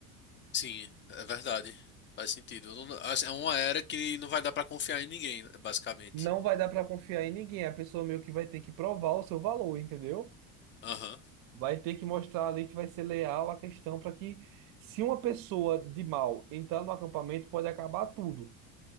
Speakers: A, on the left (about 30°); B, on the right (about 50°).
A: Sim, é verdade. Faz sentido. Eu não- assim, É uma era que não vai dar pra confiar em ninguém, basicamente.
B: Não vai dar para confiar em ninguém, a pessoa meio que vai ter que provar o seu valor, entendeu?
A: Aham.
B: Vai ter que mostrar ali que vai ser leal à questão para que, se uma pessoa de mal entrar no acampamento, pode acabar tudo.